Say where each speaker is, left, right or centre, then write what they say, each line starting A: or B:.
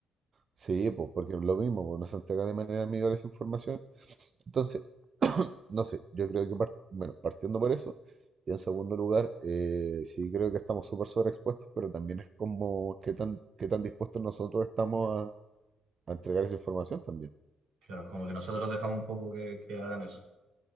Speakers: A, on the right; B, on the right.
A: Sí, pues, porque es lo mismo, pues, no se entrega de manera amigable esa información. Entonces, no sé, yo creo que, par- bueno, partiendo por eso, y en segundo lugar, eh, sí creo que estamos súper sobreexpuestos, pero también es como qué tan, qué tan dispuestos nosotros estamos a, a entregar esa información también.
B: Claro, como que nosotros dejamos un poco que, que hagan eso.